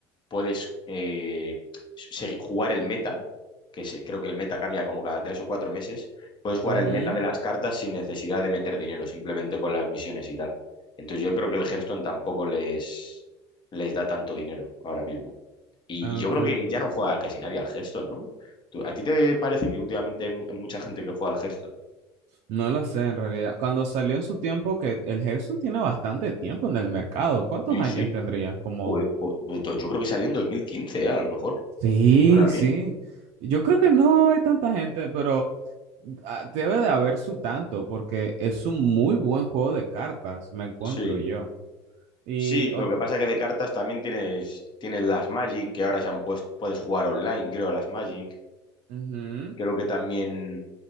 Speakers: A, on the left; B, on the right.
A: puedes eh, se- jugar el meta, que se- creo que el meta cambia como cada tres o cuatro meses, puedes jugar
B: Ujú.
A: el meta de las cartas sin necesidad de meter dinero, simplemente con las misiones y tal. Entonces yo creo que el Hearthstone tampoco les, les da tanto dinero ahora mismo. Y,
B: Ok.
A: y yo creo que ya no juega casi nadie al Hearthstone, ¿no? ¿Tú- ¿A ti te parece que últimamente hay mu- mucha gente que juega al Hearthstone?
B: No lo sé en realidad. Cuando salió en su tiempo, que el Hearthstone tiene bastante tiempo en el mercado. ¿Cuántos
A: Sí,
B: años
A: sí.
B: tendría? Como
A: Joder, pues- pues yo creo que salió en 2015, eh, a lo mejor.
B: Sí,
A: Me suena a mí.
B: sí. Yo creo que no hay tanta gente, pero ah, debe de haber su tanto, porque es un muy buen juego de cartas, me encuentro
A: Sí.
B: yo. Y
A: Sí,
B: ot-
A: lo que pasa es que de cartas también tienes, tienes las Magic, que ahora se han puesto, puedes jugar online, creo, a las Magic.
B: ujú.
A: Creo que también